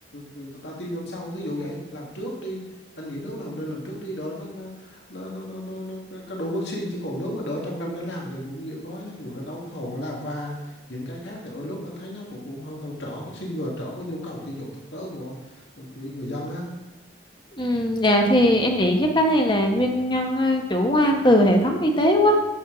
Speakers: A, on the left; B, on the left.
A: người ta tiêm năm sau thí dụ vậy làm trước đi anh nghĩ nếu làm nên làm trước đi đỡ nó nó nó nó nó, nó, nó có đủ vắc xin chứ còn nếu mà đỡ trong năm nó làm thì cũng như em nói á, dù là đấu thầu là và những cái khác thì đôi lúc anh thấy nó cũng cũng hơi, hơi trở vắc xin vừa trở với nhu cầu sử dụng thực tế của của người dân á
B: ừ, dạ thì em nghĩ chắc cái này là nguyên nhân ờ, chủ quan từ hệ thống y tế quá